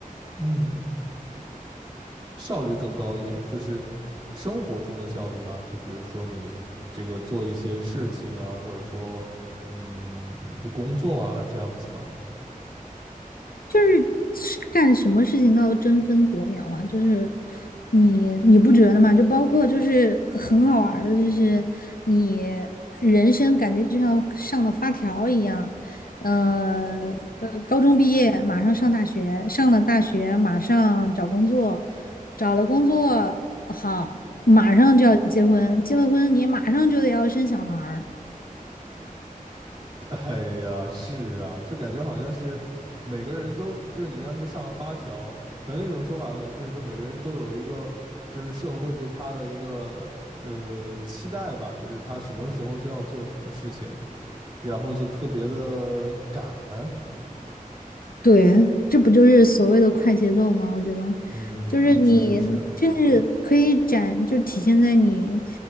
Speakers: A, on the right; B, on the left.
A: 嗯。效率更高一点，就是生活中的效率嘛。就比如说你这个做一些事情啊，或者说嗯，就工作啊这样子嘛。
B: 就是干什么事情都要争分夺秒啊，就是你你不觉得吗？就包括就是很好玩的，就是你人生感觉就像上了发条一样，呃呃，高中毕业马上上大学，上了大学马上找工作，找了工作好，马上就要结婚，结了婚你马上就得要生小孩儿。
A: <laughs> 哎呀，是啊，就感觉好像是每个人都就是你刚刚说上了发条，可能那种说法可能就是说每个人都有一个就是社会对他的一个呃期待吧，就是他什么时候就要做什么事情，然后就特别的赶。
B: 对，这不就是所谓的快节奏吗？我觉得，
A: 嗯，
B: 就是你甚至可以展，
A: 确实是。
B: 就体现在你